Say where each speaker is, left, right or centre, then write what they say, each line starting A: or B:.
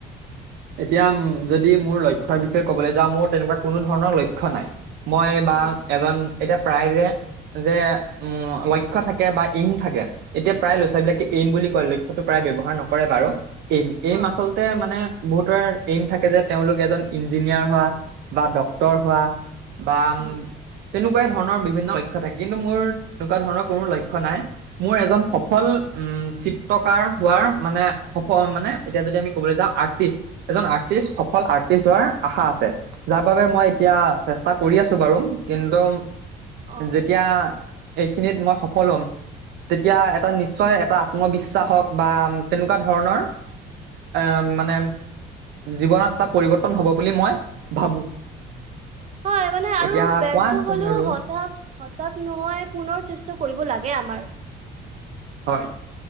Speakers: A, on the right; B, on the right.
A: এতিয়া উ যদি মোৰ লক্ষ্যৰ বিষয়ে কবলৈ যাওঁ মোৰ তেনেকুৱা কোনো ধৰণৰ লক্ষ্য নাই মই বা
B: হুম,
A: এজন এতিয়া প্ৰায় যে যে উম লক্ষ্য থাকে বা ইন থাকে এতিয়া প্ৰায় ল'ৰাোৱাল
B: হুম,
A: বিলাকে এইম বুলি কয় লক্ষ্য়তটো প্ৰায় ব্যৱহাৰ নকৰে বাৰু এইম এইম
B: অ',
A: আচলতে মানে বহুতৰ এইম থাকে যে তেওঁলোক এজন ইঞ্জিনিয়াৰ হোৱা বা ড্ক্তৰ হোৱা বা উম
B: হুম,
A: তেনেকুৱাই ধৰণৰ বিভিন্ন লক্ষ্য থাকে কিন্তু মোৰ তেনেকুৱা ধৰণৰ কোনো লক্ষ্য নাই মোৰ এজন
B: হুম,
A: সফল উম চিত্ৰকাৰ হোৱাৰ মানে সফল মানে এতিয়া যদি আমি ক'বলৈ যাওঁ আৰ্টিষ্ট এজন আৰ্টিষ্ট সফল আৰ্টিষ্ট হোৱাৰ আশা আছে যাৰ বাবে মই এতিয়া চেষ্টা কৰি আছো বাৰু কিন্তু
B: অ',
A: যেতিয়া। এইখিনিত মই সফল হ'ম। তেতিয়া এটা নিশ্চয় এটা আত্মবিশ্বাস হওক বা তেনেকুৱা ধৰণৰ- আহ মানে। জীৱনত এটা পৰিৱৰ্তন হব বুলি মই ভাবো।
B: হয়। মানে আৰু
A: এতিয়া
B: বৰ্থ
A: কোৱা তুমি
B: হলেও
A: আৰু
B: হঠা হতাশ নহয় পুনৰ চেষ্টা কৰিব লাগে আমাৰ
A: হয়।